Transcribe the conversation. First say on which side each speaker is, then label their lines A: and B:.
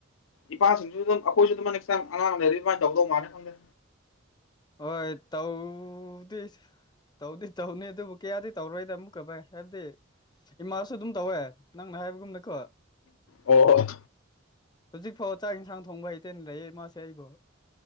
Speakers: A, on the left (about 75°); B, on the left (about 20°).
A: ꯏꯄꯥꯁꯤꯡꯁꯨ ꯑꯗꯨꯝ ꯑꯩꯈꯣꯏꯁꯨ ꯑꯗꯨꯝꯃ ꯅꯦꯛꯁ ꯇꯥꯏꯝ ꯑꯉꯥꯡ ꯂꯩꯔꯗꯤ ꯑꯗꯨꯃꯥꯏꯅ ꯇꯧꯗꯧ ꯃꯥꯜꯂꯦ ꯈꯪꯗꯦ
B: ꯍꯣꯏ ꯇꯧꯗꯤꯁ ꯇꯧꯗꯤ ꯇꯧꯅꯤ ꯑꯗꯨꯕꯨ ꯀꯌꯥꯗꯤ ꯇꯧꯔꯣꯏꯗ ꯑꯃꯨꯛꯀꯚꯥꯏ ꯍꯥꯏꯕꯗꯤ ꯏꯃꯥꯁꯨ ꯑꯗꯨꯝ ꯇꯧꯋꯦ ꯅꯪꯅ ꯍꯥꯏꯕꯒꯨꯝꯅꯀꯣ
A: ꯑꯣ
B: ꯍꯧꯖꯤꯛ ꯐꯥꯎ ꯆꯥꯛ ꯌꯦꯟꯁꯥꯡ ꯊꯣꯡꯕ ꯍꯩꯇꯦꯅ ꯂꯩ ꯃꯥꯁꯦ ꯑꯩꯕꯨ